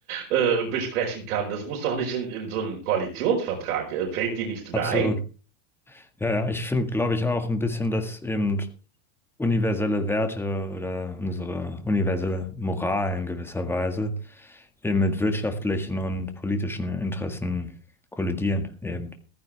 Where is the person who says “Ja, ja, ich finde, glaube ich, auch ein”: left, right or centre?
Centre